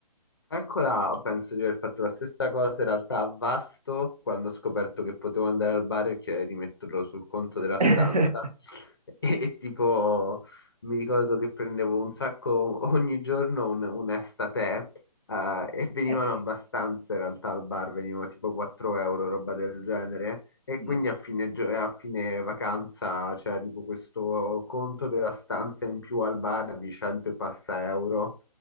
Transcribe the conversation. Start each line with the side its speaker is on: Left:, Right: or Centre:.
Left: Calcola, penso di aver fatto la stessa cosa in realtà a Vasto quando ho scoperto che potevo andare al bar e chiedere di metterlo sul conto della
Right: <laughs>
Left: stanza. E, e tipo, mi ricordo che prendevo un sacco ogni giorno un, un estate eh, e venivano
Right: Eh sì, Eh sì,
Left: abbastanza in realtà al bar, venivano tipo 4 euro, roba del genere. E
Right: io-
Left: quindi a fine, gio- a fine vacanza c'era tipo questo conto della stanza in più al bar di 100 e passa euro.